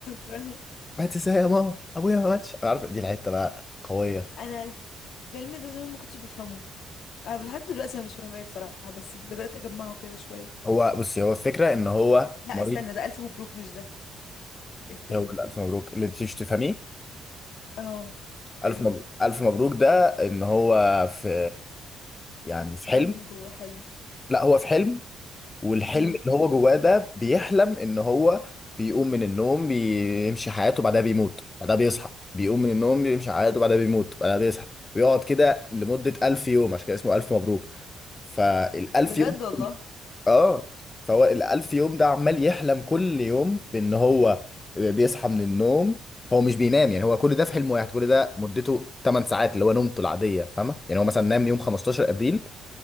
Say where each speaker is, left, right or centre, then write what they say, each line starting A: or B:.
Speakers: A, on the left; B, on the left.
A: عارفه
B: مات ازاي يا ماما ابويا ما ماتش انا عارف دي الحته بقى قويه
A: انا الفيلم ده زمان ما كنتش بفهمه اه لحد دلوقتي انا مش فاهمه ايه بصراحه بس بدات اجمعه كده شويه
B: هو بصي هو الفكره ان هو
A: لا
B: مريض
A: استنى ده الف مبروك مش ده التاني
B: هو اللي الف مبروك اللي تيجي تفهميه
A: اه تقريبا
B: الف مبروك الف مبروك ده ان هو في يعني في حلم
A: حلم جوه حلم
B: لا هو في حلم والحلم
A: امم
B: اللي هو جواه ده بيحلم ان هو بيقوم من النوم بيمشي حياته بعدها بيموت بعدها بيصحى بيقوم من النوم بيمشي حياته بعدها بيموت بعدها بيصحى ويقعد كده لمدة ألف يوم عشان كده اسمه ألف مبروك فالألف
A: بجد
B: يوم
A: والله
B: اه فهو الألف يوم ده عمال يحلم كل يوم بإن هو بيصحى من النوم هو مش بينام يعني هو كل ده في حلم واحد كل ده مدته 8 ساعات اللي هو نومته العادية فاهمة يعني هو مثلا نام يوم 15 أبريل